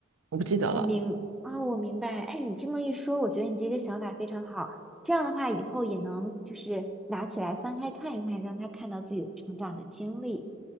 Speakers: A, on the right; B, in the centre.
A: 我不记得了。
B: 我明啊，我明白。哎，你这么一说，我觉得你这个想法非常好。这样的话，以后也能就是拿起来翻开看一看，让他看到自己成长的经历。